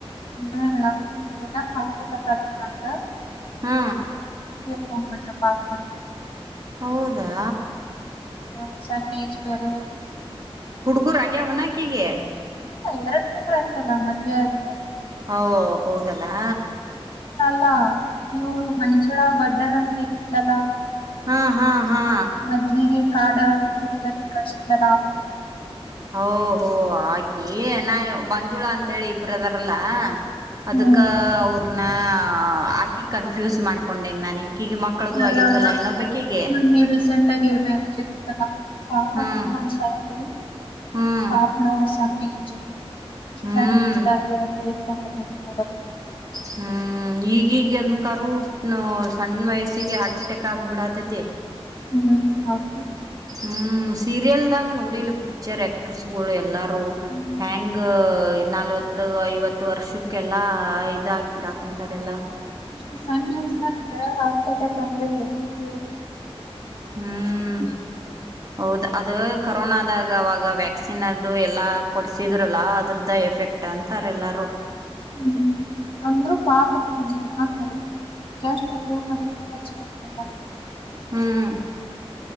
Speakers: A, on the left; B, on the right.
A: ಹ್ಮ ಅವರಿಗೆ ಏನೋ ಹಾರ್ಟ್ ಅಟ್ಯಾಕ್ ಆಗಿತ್ತ ಅಂತ.
B: ಹಾ.
A: <unintelligible>
B: ಹೌದಾ.
A: ಹ್ಮ ಸಣ್ಣ ಏಜ್ ಬೇರೆ.
B: ಹುಡ್ಗುರಾಗ್ಯವ ಅನ ಅಕಿಗಿ
A: ಹ ಎರಡ್ ತಿಂಗಳ ಆಗಿತ್ತ ಲಾ ಮದ್ವೆ ಆಗಿ.
B: ಓಹ್ ಹೌದಲ್ಲಾ.
A: ಹಾ ನೀವು ಮನುಷ್ಯರ ಒಡ್ಡರ ಹ
B: ಹಾ ಹಾ ಹಾ
A: ಮದ್ವಿಗೆ ಕಾರ್ಡ್ ಗ್ರೂಪ್ದಲ್ಲಿ ಕಳ ಬಾವ
B: ಹೋ ಆಕಿ ನಾ ಮಂಜುಳ ಅಂತ ಹೇಳಿ ಇಬ್ರದಾರಲ್ಲ ಅದಕ್ಕ
A: ಹ್ಮ್
B: ಅವ್ರನ್ನ ಹಾಕಿ ಕನ್ಫ್ಯೂಸ್ ಮಾಡ್ಕೊಂಡೆ ನನಗ್ ಕೀಗೆ ಮಕ್ಕಳ್ದು
A: ಅಲ್ಲ
B: ಆಗಿದ್ವಲ್ಲ
A: ಅಲ್ಲ
B: ಇನ್ನೊಬ್ಬ ಕೀಗೆ
A: ಮೊನ್ನೆ <unintelligible> ಪಾಪ
B: ಹ್ಮ್
A: ಟೂ ಮಂತ್ಸ್ ಆಯ್ತು.
B: ಹ್ಮ್
A: ಹಾಫ್ನ್ರ್ ಕಮ್ಮಿ ಹೆಚ್ಚು. <unintelligible>
B: ಹ್ಮ್
A: <unintelligible>
B: ಹ್ಮ್ ಈ ಈಗನ್ ಕರು ಸಣ್ಣ ವಯಸ್ಸಿಗೆ ಹಾರ್ಟ್ ಅಟ್ಯಾಕ್ ಆಗ್ಬಿಡತೈತಿ.
A: ಹ್ಮ್ ಹೌದು.
B: ಹ್ಮ್ ಸೀರಿಯಲ್ದಾಗ ನೋಡಿಲ್ ಪಿಕ್ಚರ್ ಆಕ್ಟ್ರಸ್ ಗಳು, ಎಲ್ಲ. ಟ್ರೂ
A: ಹ್ಮ್
B: ಹೆಂಗ, ನಲ್ವತ್ತು, ಐವತ್ತು, ವರ್ಷಕ್ಕೆಲ್ಲಾ ಇದಾಗಬಿಡಾಕಂತಾರೆಲ್ಲಾ.
A: ಇಷ್ಟ ಸಣ್ಣ ವಯಸ್ಸದಗ ಹಾರ್ಟ್ ಅಟ್ಯಾಕ್ ಅಂದ್ರೆ ಹೆಂಗ.
B: ಹ್ಮ್ ಹೌದ ಅದ ಕೊರೋನದಾಗ ಅವಾಗ ವ್ಯಾಕ್ಸಿನ್ ಅದು ಎಲ್ಲಾ ಕೊಡ್ಸಿದ್ರಲ್ಲ ಅದ್ರದ್ದ ಎಫೆಕ್ಟ್ ಅಂತಾರೆ ಎಲ್ಲಾರೂ.
A: ಹ್ಮ್ ಅಂದ್ರು ಪಾಪಅನ್ಸ್ತು ಹಾ ಹೌದು. ಜಸ್ಟ್ ಟು ಮಂತ್ಸ್ಗ್ ಲ್ಲ
B: ಹ್ಮ್